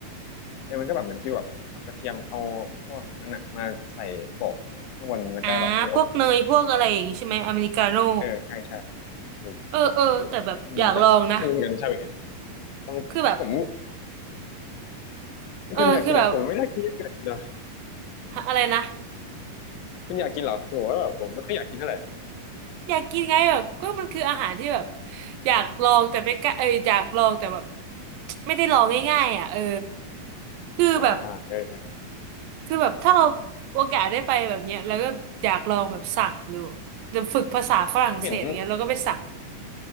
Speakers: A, on the left; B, on the right.
A: เออมันก็แบบเหมือนฟีลแบบเอากระเทียมเอาพวกนั้นอ่ะมาใส่โปะข้างบนแล้วก็แบบเอาไปอบมั้ง
B: อ่าพวกเนยพวกอะไรอย่างงี้ใช่ไหมอเมริกาโน่
A: เออใช่ใช่ถูก
B: เออเออแต่แบบอยากลองนะ
A: ถูกอืมแต่ไม่รู้เหมือนกันใช่ไหมต้องผม
B: คือแบบเออคือแบบ
A: คุณอยากกินเหรอผมไม่ได้กินอยากกินเหรอ
B: หาอะไรนะ
A: คุณอยากกินเหรอคือผมว่าแบบผมไม่ค่อยอยากกินเท่าไหร่
B: อยากกินไงแบบก็มันคืออาหารที่แบบอยากลองแต่ไม่กล้าเอออยากลองแต่แบบไม่ได้ลองง่ายๆอ่ะเออคือแบบ
A: อ่าอ่าเออเออ
B: คือแบบถ้าเราโอกาสได้ไปแบบเนี้ยแล้วก็อยากลองแบบสั่งดูเดี๋ยวฝึกภาษาฝรั่งเศสอย่างเงี้ยแล้วก็ไปสั่ง
A: ผมเห็น